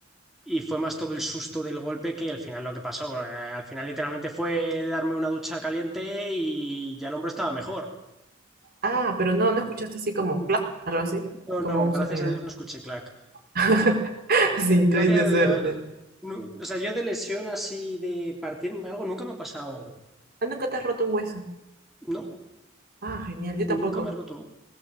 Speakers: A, in the centre; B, on the right.
A: Y fue más todo el susto del golpe que al final lo que pasó. porque al final literalmente fue darme una ducha caliente y ya el hombro estaba mejor.
B: Ah, pero no, no escuchaste así como clac, algo así,
A: No,
B: como
A: no,
B: un
A: gracias
B: sonido.
A: a Dios no escuché clac.
B: <laughs> Sí, tuviste
A: Gracias a
B: suerte.
A: Dios. no- o sea, yo de lesión así de partirme algo nunca me ha pasado.
B: Ah, nunca te has roto un hueso.
A: No,
B: Ah, genial, yo tampoco.
A: nunca me he roto.